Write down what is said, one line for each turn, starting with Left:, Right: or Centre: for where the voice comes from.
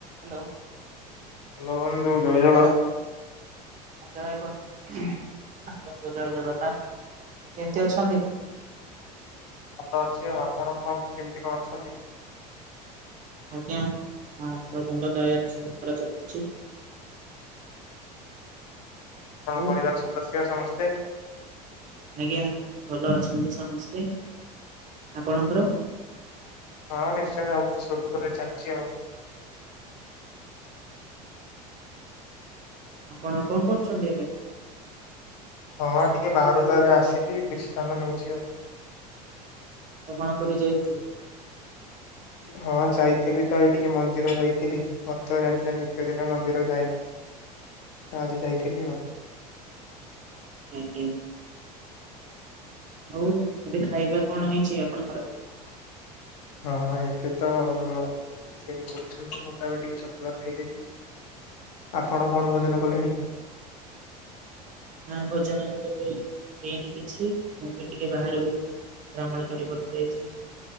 Right: Hello.
Left: ଭଲ ଭଲ ସବୁ ଜଏ
Right: ହାଲୋ‌। ଆ ଜୟ ବ ବନ୍ଧୁ ଜୟ ଜଗନ୍ନାଥ କେମତି ଅଛନ୍ତି?
Left: ଭଲ ଅଛି ଆଉ ଆପଣ କଁ କେମିତି କଁ ଅଛନ୍ତି?
Right: ଆଜ୍ଞା ମୋ ହାତ ବନ୍ଧ ତଳେ ସବୁ ଧରା ଚାଲିଚି।
Left: ତମ
Right: ହଉ
Left: ପରିବାର ସଦସ୍ୟ ସମସ୍ତେ?
Right: ଆଜ୍ଞା ଭଲ ଅଛନ୍ତି ସମସ୍ତେ। ଆପଣଙ୍କର?
Left: ହଁ ନିଶ୍ଚୟ ସବୁ ତ ସୁରୁଖୁରୁରେ ଚାଲିଚି ଆଉ।
Right: ଆପଣ କଁ କରୁଛନ୍ତି ଏବେ?
Left: ହଁ ଟିକେ ବାହାରୁ ତ ଏବେ ଆସିଲି ବିଶ୍ରାମ ନୋଉଚି ଆଉ।
Right: ଭ୍ରମଣ କରି ଯାଇଥିଲେ?
Left: ହଁ ଯାଇଥିଲି ତ ଏଇଟିକି ମନ୍ଦିର ଯାଇଥିଲି। ମୋର ତ ଜାଣିଚ ନିତ୍ୟ ଦିନ ମନ୍ଦିର ଯାଏ ତ ଆଜି ଯାଇଥିଲି ଆଉ।
Right: ଆଜ୍ଞା। ଅଉ ଏବେ ଖାଇବା କଣ ହେଇଛି ଆପଣଙ୍କର?
Left: ହଁ ଏବେ ତ ମୋ ବୋଉ ରୁଟି ତିଆରି କରୁଛନ୍ତି ମୁଁ ତ ଏବେ ଟିକେ ଛତୁଆ ଖାଇଦେବି। ଆପଣ କଣ ଭୋଜନ କଲେଣି?
Right: ନାଁ ଭୋଜନ ତ କେବେ ହେଇନି କିଛି ମୁଁ ବି ଟିକେ ବାହାରୁକୁ ଭ୍ରମଣ କରିବାକୁ ଯାଇଛି।